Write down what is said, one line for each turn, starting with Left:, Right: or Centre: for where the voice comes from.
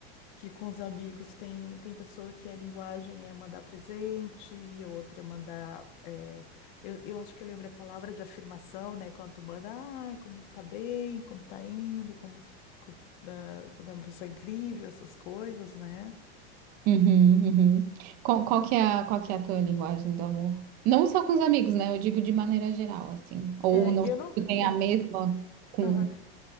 Left: que com os amigos tem, tem pessoa que a linguagem é mandar presente e outra é mandar. é, eu, eu acho que eu lembro a palavra de afirmação, né? Quando tu manda, ai, como tu tá bem, como tá indo, como, tu- co- ah, quando é uma pessoa incrível, essas coisas, né?
Right: Uhum, uhum. Qual, qual que é a, qual que é a tua linguagem do amor? Não só com os amigos, né? Eu digo de maneira geral, assim. Ou
Left: É,
Right: não
Left: eu
Right: sei
Left: não.
Right: se tu tem
Left: Eu,
Right: a mesma com
Left: aham.